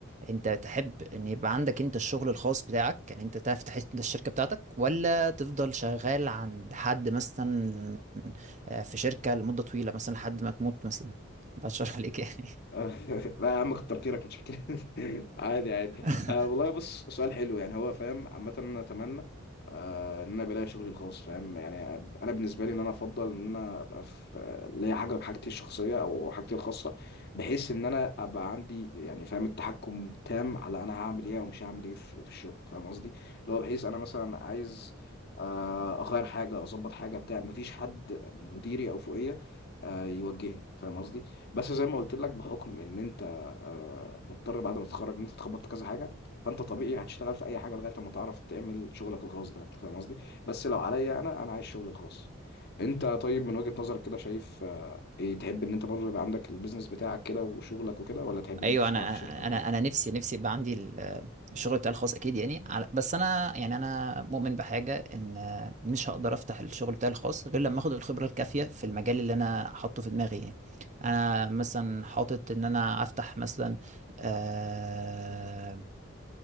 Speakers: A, on the right; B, on the left.
A: انت تحب ان يبقى عندك انت الشغل الخاص بتاعك يعني انت تفتح انت الشركه بتاعتك ولا تفضل شغال عند حد مثلا آه، في شركه لمده طويله مثلا لحد ما تموت مثلا بشرح عليك يعني
B: <laughs> لا يا عم كتر خيرك مش كده <laughs> عادي عادي
A: <laughs>
B: آه والله بص سؤال حلو يعني هو فاهم عامة انا اتمنى آه ان انا بلاقي شغلي الخاص فاهم يعني انا بالنسبه لي ان انا افضل ان انا ابقى في آه، ليا حاجه حاجتي الشخصيه او حاجتي الخاصه بحيث ان انا ابقى عندي يعني فاهم التحكم تام على انا هعمل ايه ومش هعمل ايه في في الشغل فاهم قصدي اللي هو بحيث انا مثلا عايز آه، اغير حاجه اظبط حاجه بتاع مفيش حد مديري او فوقيه آه، يوجهني فاهم قصدي بس زي ما قلت لك بحكم ان انت آه، مضطر بعد ما تتخرج ان انت تخبط في كذا حاجه فانت طبيعي هتشتغل في اي حاجه لغايه ما تعرف تعمل شغلك الخاص ده انت فاهم قصدي بس لو عليا انا انا عايز شغلي الخاص انت طيب من وجهه نظرك كده شايف آه، ايه تحب ان انت برضه يبقى عندك البيزنس بتاعك كده وشغلك وكده ولا تحب ان
A: ايوه
B: انت تشتغل
A: انا
B: في شركه
A: انا
B: والكلام
A: انا
B: ده
A: أنا نفسي نفسي يبقى عندي ال- الشغل بتاعي الخاص اكيد يعني على- بس انا يعني انا مؤمن بحاجه ان مش هقدر افتح الشغل بتاعي الخاص غير لما اخد الخبره الكافيه في المجال اللي انا حاطه في دماغي يعني انا مثلا حاطط ان انا افتح مثلا آه،